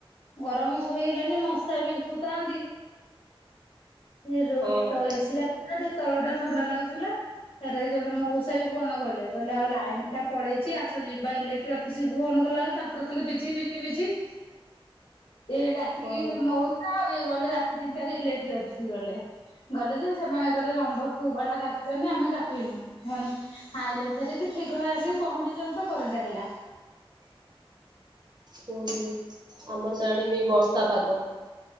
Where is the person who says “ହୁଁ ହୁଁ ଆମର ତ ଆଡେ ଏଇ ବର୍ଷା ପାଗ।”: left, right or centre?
Right